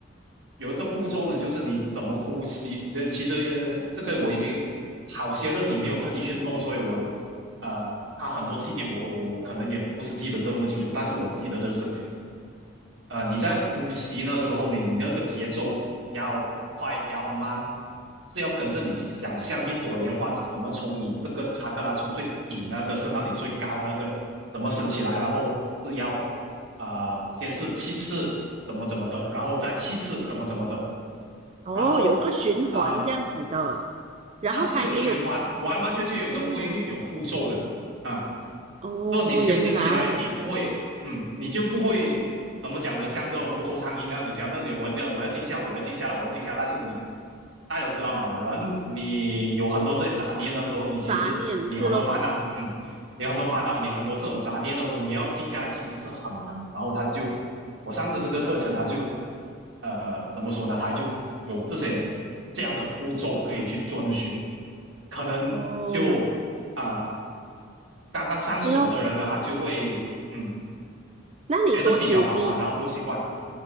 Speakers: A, on the right (about 75°); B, on the right (about 35°).
A: 有一个步骤呢，就是你怎么呼吸。这其实呃这个我已经好些日子没有特地去弄，所以我呃，它很多细节我我我可能也不是记得这么清楚，但是我记得的是，呃，你在呼吸那时候，你你那个节奏要快要慢，是要跟着你想象一朵莲花怎么从你这个查克拉从最底那个升到你最高那个怎么升起来，然后是要啊、呃先是七次怎么怎么的，然后再七次怎么怎么的。
B: 哦，
A: 然后呃，
B: 有一个循环这样子的，然后它还有，
A: 它是有循环，完完全全有个规律，
B: 嗯，
A: 有步骤的啊。
B: 哦，
A: 所以你修行起来，
B: 原来
A: 你不会，嗯，你就不会怎么讲呢？像个无头苍蝇那样，你讲，那你我要我要静下，我要静下来，我要静下来。但是你大家有知道吗？人你有很多这些杂念的时候，你其实你很多烦恼，
B: 杂念是咯，
A: 嗯，你很多烦恼，你很多这种杂念的时候，你要静下来其实是很难的。然后他就我上的这个课程，他就呃怎么说呢？他就有这些这样的步骤可以去遵循，可能就。
B: 哦，
A: 啊、刚刚上手的人呢，
B: 是咯，
A: 他就会嗯
B: 那你多久？
A: 觉得比较麻烦，
B: 你
A: 然后不习惯。